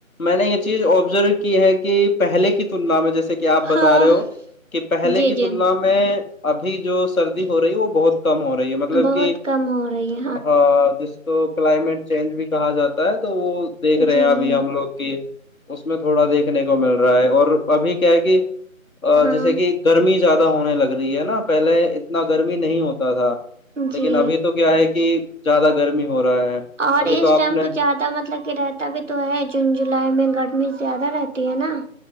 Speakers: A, on the left; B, on the right.
A: میں نے یہ چیز آبزرو کی ہے کہ پہلے کی تلنا میں جیسے کہ آپ بتا
B: ہاں
A: رہے ہو کہ پہلے
B: جی
A: کی
B: جی
A: تلنا میں ابھی جو سردی ہو رہی وہ بہت کم ہو رہی ہے مطلب
B: بہت
A: کہ
B: کم ہو رہی ہے
A: ہاں جس کو کلائمیٹ چینج بھی کہا جاتا ہے تو وہ دیکھ رہے
B: جی
A: ہیں ابھی
B: جی
A: ہم لوگ کی اس میں تھوڑا دیکھنے کو مل رہا ہے اور ابھی کیا ہےکہ ا
B: ہاں
A: جیسے کہ گرمی زیاد ہونے لگ رہی ہے نا پہلے اتنا گرمی نہیں ہوتا تھا لیکن
B: جی
A: ابھی تو کیا ہے کہ زیادہ گرمی ہو رہا ہے
B: اور
A: ابھی
B: اس
A: تو آپ
B: ٹائم
A: نے
B: کچھ زیادہ مطلب کہ رہتا بھی تو ہے جون جولائی میں گرمی زیادہ رہتی ہے نا